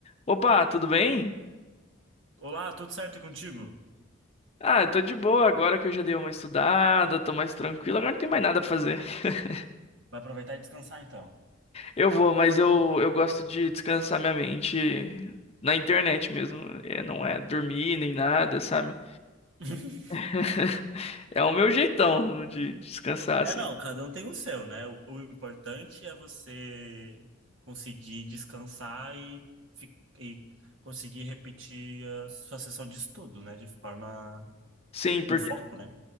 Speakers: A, on the left; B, on the right.
A: Opa, tudo bem?
B: Olá, tudo certo contigo?
A: Ah, eu tô de boa agora que eu já dei uma estudada, tô mais tranquilo, agora não tem mais nada pra fazer. <laughs>
B: Vai aproveitar e descansar então.
A: Eu vou, mas eu, eu gosto de descansar minha mente na internet mesmo. É, não é dormir nem nada, sabe?
B: <laughs>
A: <laughs> É o meu jeitão de descansar, assim.
B: É, não, cada um tem o seu, né? O, o importante é você conseguir descansar e, fi- e conseguir repetir a sua sessão de estudo, né? De forma
A: Sim, porque,
B: com foco, né?